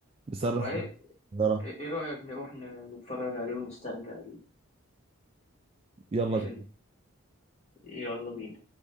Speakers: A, on the right; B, on the left.
A: بيصرح
B: طب ما ايه
A: بالسيارة
B: ايه رأيك نروح ن- نتفرج عليه ونسترجع ال-
A: <laughs> يلا
B: الفيلم
A: بينا
B: يلا بينا